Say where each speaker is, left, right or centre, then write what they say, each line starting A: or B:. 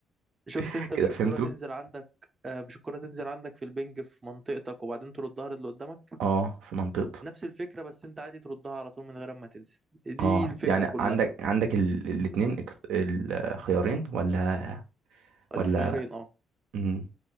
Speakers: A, on the right; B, on the right.
A: شفت
B: <laughs>
A: انت مش
B: كده فهمته
A: الكرة تنزل عندك آه، مش الكرة تنزل عندك في البنج في منطقتك وبعدين تردها للي قدامك
B: اه في منطقته
A: نفس الفكرة بس انت عادي تردها على طول من غير ما تنزل دي
B: اه
A: الفكرة
B: يعني
A: كلها
B: عندك عندك ال- الاتنين اك- الخيارين ولا
A: الخيارين
B: ولا
A: اه
B: مم.